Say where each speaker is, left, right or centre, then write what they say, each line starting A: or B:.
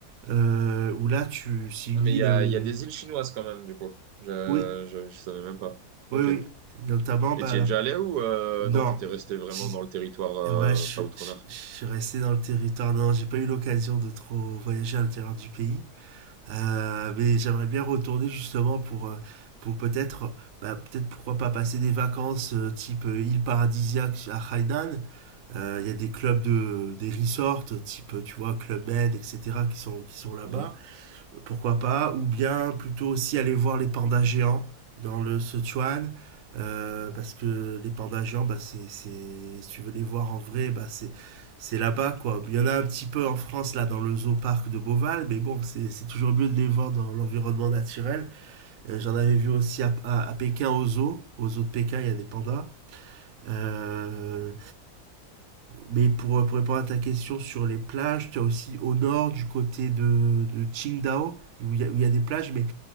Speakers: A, on the right; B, on the right.
A: euh, où là, tu, c'est une
B: Ah, mais
A: île.
B: il y a,
A: euh,
B: il y a des îles chinoises quand même, du coup. Je,
A: oui,
B: je, je savais même pas.
A: oui,
B: Ok.
A: oui. Notamment, bah
B: Et tu
A: là.
B: es déjà allé ou euh,
A: Non.
B: non, t'étais resté vraiment
A: j-
B: dans le territoire euh,
A: Ouais, je,
B: pas outre-mer?
A: je- je suis resté dans le territoire. Non, j'ai pas eu l'occasion de trop voyager
B: Ok.
A: à l'intérieur du pays. Euh, mais j'aimerais bien retourner justement pour, euh, pour peut-être, bah, peut-être pourquoi pas passer des vacances euh, type euh, île paradisiaque à Hainan. Euh, Il y a des clubs de, des resorts, type, tu vois, Club Med, etc., qui sont, qui sont là-bas.
B: Mhm.
A: pourquoi pas, ou bien plutôt aussi aller voir les pandas géants dans le Sichuan, euh, parce que les pandas géants, bah, c'est, c'est, si tu veux les voir en vrai, bah, c'est, c'est là-bas quoi. Il y en a un petit peu en France là dans le zoo parc de Beauval, mais bon, c'est, c'est toujours mieux de les voir dans l'environnement naturel. Euh, j'en avais vu aussi à, à, à Pékin au zoo, au zoo de Pékin, il y a des pandas. Euh, mais pour, pour répondre à ta question sur les plages, tu as aussi au nord du côté de, de Qingdao, où il y, a- où il y a des plages, mais